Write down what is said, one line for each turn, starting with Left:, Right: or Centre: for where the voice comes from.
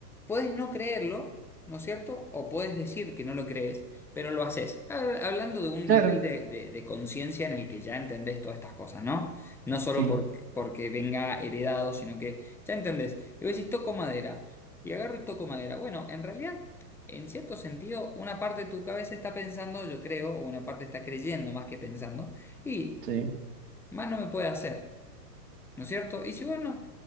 Centre: puedes no creerlo, ¿no es cierto? O puedes decir que no lo crees, pero lo haces. Ha- Hablando de un
Right: claro,
Centre: nivel de, de- de conciencia en el que ya entendés todas estas cosas, ¿no? No solo
Right: sí,
Centre: por- porque venga heredado, sino que ya entendés. Y vos decís, toco madera. Y agarro y toco madera. Bueno, en realidad, en cierto sentido, una parte de tu cabeza está pensando, yo creo, o una parte está creyendo más que pensando. Y
Right: sí.
Centre: más no me puede hacer, ¿no es cierto? Y si bueno,